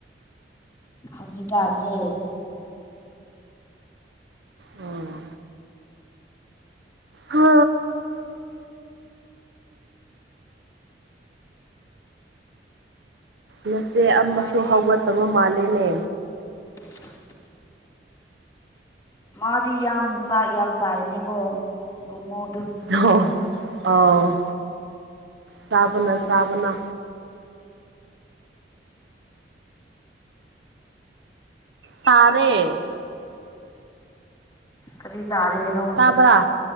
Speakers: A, on the left (about 15°); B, on the right (about 80°).
A: ꯍꯧꯖꯤꯛꯀꯥꯟꯁꯦ
B: ꯑꯥ ꯍꯥ ꯅꯁꯦ ꯑꯃꯁꯨ
A: ꯅꯣꯏꯗꯤ
B: ꯍꯧꯒꯠꯇꯕ ꯃꯥꯜꯂꯤꯅꯦ
A: <inaudible> ꯃꯗꯤ ꯌꯥꯝ ꯆꯥꯛ ꯌꯥꯝ ꯆꯥꯏꯅꯦꯀꯣ ꯕꯨꯡꯉꯣꯗꯨ
B: ꯍꯣ ꯑꯣ ꯆꯥꯕꯅ ꯆꯥꯕꯅ ꯇꯥꯔꯦ
A: ꯀꯔꯤ ꯇꯔꯦꯅꯣ
B: ꯇꯥꯕ꯭ꯔꯥ